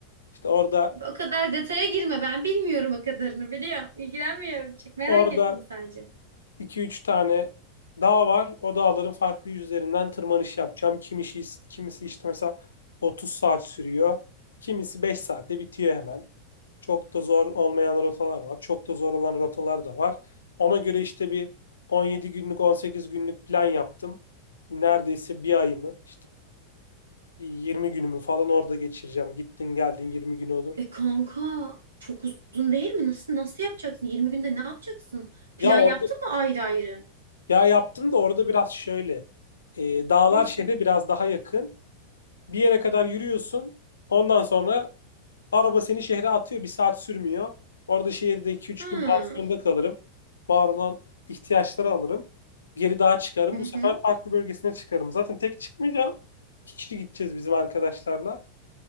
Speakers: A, on the left (about 70°); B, on the right (about 75°).
A: İşte orada
B: O kadar detaya girme. Ben bilmiyorum o kadarını biliyor. İlgilenmiyorum. Çok merak
A: orada
B: ettim sadece.
A: 2 üç tane dağ var. O dağların farklı yüzlerinden tırmanış yapacağım. Kimisi, kimisi işte mesela 30 saat sürüyor. Kimisi 5 saatte bitiyor hemen. Çok da zor olmayan rotalar var. Çok da zor olan rotalar da var. Ona göre işte bir 17 günlük, 18 günlük plan yaptım. Neredeyse bir ayımı, işte 20 günümü falan orada geçireceğim. Gittin geldin 20 gün olur.
B: E kanka çok uzun değil mi? Nasıl nasıl yapacaksın? yirmi günde ne yapacaksın? Plan
A: Ya orada
B: yaptın mı ayrı ayrı?
A: ya yaptım da orada biraz şöyle. e, dağlar
B: Nasıl?
A: şehre biraz daha yakın. Bir yere kadar yürüyorsun. Ondan sonra araba seni şehre atıyor. Bir saat sürmüyor. Orada şehirde iki üç
B: Ha.
A: gün pansiyonda kalırım. Var olan ihtiyaçları alırım. Geri dağa çıkarım.
B: Hı hı.
A: Bu sefer farklı bölgesine çıkarım. Zaten tek çıkmayacağım. İki kişi gideceğiz bizim arkadaşlarla.